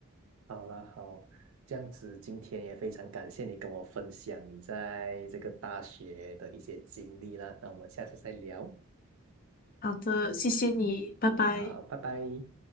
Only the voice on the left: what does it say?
好的，谢谢你，拜拜。